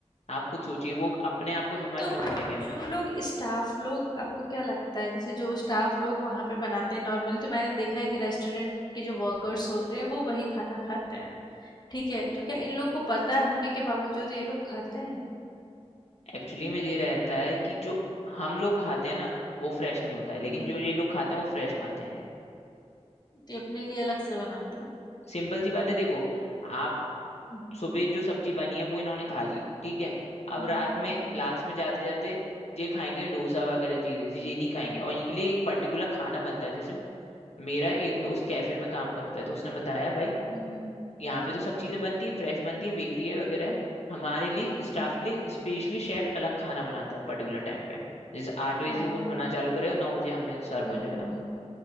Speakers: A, on the left; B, on the left.
A: आप खुद सोचिए वो अपने आप को बीमार
B: तो
A: क्यों करेंगे
B: जो लोग स्टाफ़ लोग आपको क्या लगता है जैसे जो स्टाफ़ लोग वहाँ पे बनाते हैं नॉर्मली तो मैंने देखा है कि रेस्टोरेंट के जो वर्कर्स होते हैं, वो वही खाना खाते हैं। ठीक है, तो क्या इन लोग को पता है होने के बावजूद ये लोग खाते हैं?
A: एक्चुअली में ये रहता है कि जो हम लोग खाते हैं ना वो फ्रेश नहीं होता है लेकिन
B: हुँ,
A: जो ये लोग खाते हैं वो फ्रेश खाते हैं ये
B: तो ये अपने लिए अलग से बनाते हैं।
A: सिंपल सी बात है देखो आप
B: हुँ, हुँ।
A: सुबह जो सब्जी बनी है वो इन्होंने खा ली ठीक है अब
B: हुँ,
A: रात
B: हुँ,
A: में
B: हुँ।
A: लास्ट में जाते जाते ये खाएंगे डोसा वगैरह चीजें ये नहीं खाएंगे और इनके लिए एक पर्टिकुलर खाना बनता है जैसे मेरा एक दोस्त कैफे में काम करता है तो उसने बताया भाई
B: हुँ, हुँ।
A: यहाँ पे तो सब चीजें बनती है फ्रेश बनती है बेकरी है वगैरह हमारे लिए
B: हुँ,
A: स्टाफ
B: हुँ।
A: के लिए स्पेशली शेफ अलग खाना बनाता है पर्टिकुलर टाइम पे जैसे आठ बजे
B: ओह!
A: से वो बनाना चालू करेगा नौ बजे हमें सर्व
B: हुँ,
A: हो जाएगा
B: हुँ, हुँ।